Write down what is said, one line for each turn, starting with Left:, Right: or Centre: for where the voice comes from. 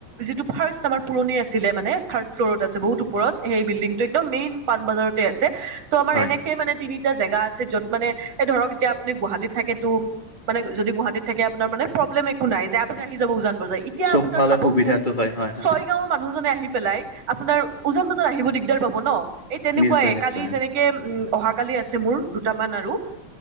Right: যিটো ফাৰ্ষ্ট আমাৰ পুৰণি আছিলে মানে থাৰ্ড ফ্ল'ৰত আছে, বহুত ওপৰত সেই বিল্ডিংটো একদম মেইন পাণবজাৰতে আছে। ত' আমাৰ
Left: হয়,
Right: এনেকে মানে তিনি এতিয়া জেগা আছে য'ত মানে এ ধৰক এতিয়া আপুনি গুৱাহাটীত থাকেতো মানে যদি গুৱাহাটীত থাকে আপোনাৰ মানে প্ৰব্লেম একো নাই যে আপুনি আহি যাব উজান বজাৰ এতিয়া
Left: চবফালে
Right: আপোনাৰ ভাবকচোন,
Left: সুবিধাটো হয়, হয়, হয়,
Right: ছয়গাঁৱৰ মানুহজনে আহি পেলাই আপোনাৰ উজান বজাৰ আহিব দিগদাৰ পাব ন', এই তেনেকুৱাই
Left: নিশ্চয়, নিশ্চয়।
Right: কালি যেনে তেনেকে উম অহা কালি আছে মোৰ দুটামান আৰু।